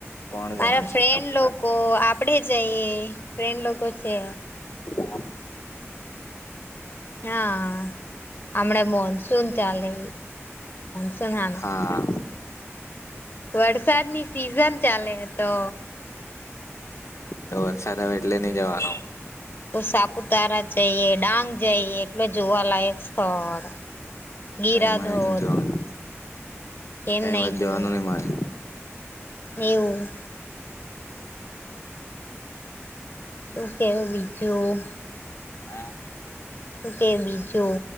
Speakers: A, on the left; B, on the left.
A: કોણ
B: મારા
A: જવાનું છે
B: ફ્રેન્ડ
A: સાપુતારા
B: લોકો આપડે જઈએ ફ્રેન્ડ લોકો છે
A: <unintelligible>
B: હા હમણા મોનસૂન ચાલે સનું
A: હા
B: વરસાદની સિઝન ચાલે તો
A: તો વર્ષાર એટલે નઈ જવાનો?
B: કો સાપુતારા જઇએ ડાંગ જઇએ. મે જોવા લાયક સ્થળ ગીરાધોધ
A: કઈ મળે નઈ જવાનું
B: કેમ
A: કઈ
B: નહી
A: વાત
B: જોવું
A: જવાનું નહી મારે
B: એવું શું કેવ બીજું
A: હા
B: શું કેય બીજું